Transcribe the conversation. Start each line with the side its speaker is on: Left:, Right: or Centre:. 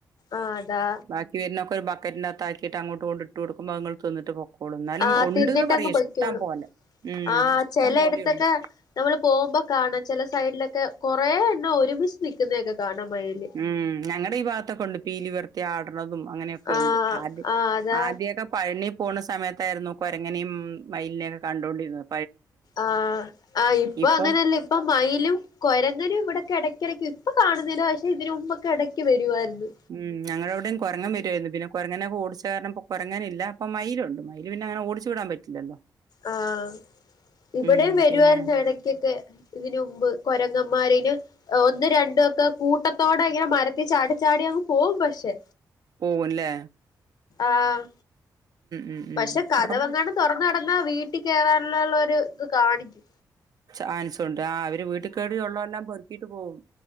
Left: ആഹ് അതാ
Right: ബാക്കി വരുന്നക്കെ ഒരു ബക്കറ്റിന്റെ അകതാക്കിട്ട് അങ്ങോട്ട് കൊണ്ട് ഇട്ട്കൊടുക്കുമ്പോ അത്ങ്ങള് തിന്നട്ട് പോവും കൊടുന്നാലും
Left: ആഹ്
Right: ഉണ്ട്ന്ന്
Left: തിന്നിട്ടങ്ങ്
Right: പറയ് ഇഷ്ടം
Left: പൊയ്ക്കോളും
Right: പോലെ ഉം
Left: ആഹ് ചെലയിടത്തൊക്കെ
Right: പോലെയുണ്ട്
Left: നമ്മള് പോകുമ്പോ കാണാ ചെല സൈഡിലൊക്കെ കൊറെ എണ്ണ ഒരുമിച്ച് നി ന്നതൊക്കെ കാണാ മയില്
Right: ഉം ഞങ്ങടെ ഈ ഭാഗത്തൊക്കെ ഉണ്ട് പീലി വിടർത്തി ആടുന്നതും അങ്ങനെയൊക്കെ
Left: ആഹ്
Right: ഉണ്ട് ആദ്യ
Left: ആഹ് അതാ
Right: ആദ്യക്കെ പഴനിി പോണ സമയത്തായിരുന്നു കൊരങ്ങനിം മയിലിനെ കണ്ടൊണ്ടിരുന്നത്.
Left: ആഹ് ആഹ് ഇപ്പൊ
Right: ഇപ്പം
Left: അങ്ങനല്ലേ ഇപ്പൊ മയിലും കൊരങ്ങനും ഇവിടെക്കെ ഇടയ്ക്കിടയ്ക്ക് ഇപ്പൊ കാണുന്നില്ല പക്ഷെ ഇതിന് മുമ്പൊക്കെ ഇടക്ക് വരുവായിരുന്നു.
Right: ഉം ഞങ്ങളോടി കൊരങ്ങൻ വരുവായിരുന്നു പിന്നെ കൊരങ്ങനെ ഓടിച്ച കാരണം കുരങ്ങൻ ഇല്ല ഇപ്പൊ മയിലുണ്ട് മയില് പിന്നെ അനെ ഓടിച്ചു ചൂടാൻ പറ്റില്ലല്ലോ
Left: ആഹ് ഇവിടെ
Right: ഉം.
Left: വരുവാരുന്നു
Right: പിന്നെ
Left: ഇടക്കൊക്കെ ഇതിനുമ്പ് കൊരങ്ങന്മാരന് ഒന്ന് രണ്ടു ഒക്കെ കൂട്ടത്തോടെ ഇങ്ങനെ മരത്തി ചാടി ചാടി അങ്ങ് പോകും പക്ഷെ.
Right: പോവു ല്ലേ
Left: ആഹ്
Right: ഉം, ഉം.
Left: പക്ഷെ കഥകങ്ങാണ്
Right: ഇവിടെ
Left: തൊറന്നു കടന്നാ വീട്ടിൽ കയറാനുള്ളള്ള ഒരു ഇത് കാണിക്കു
Right: ചാൻസുണ്ട് ആ അവര് വീട്ട് കേറി ഉള്ളത എല്ലാം പൊറുക്കിയിട്ട് പോകും